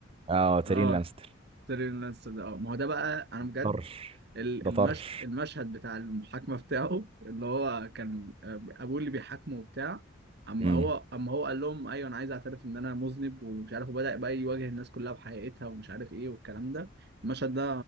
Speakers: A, on the right; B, on the right.
A: اه تيرين
B: اه
A: لانستر
B: تيريون لانستر ده اه ما هو ده بقى انا بجد
A: طرش
B: ال-
A: ده
B: المش...
A: طرش
B: المشهد بتاع المحاكمة بتاعه اللي هو كان آه، ابوه اللي بيحاكمه وبتاع اما
A: امم
B: هو اما هو قال لهم ايوه انا عايز اعترف ان انا مذنب ومش عارف وبدأ بقى يواجه الناس كلها بحقيقتها ومش عارف ايه والكلام ده المشهد ده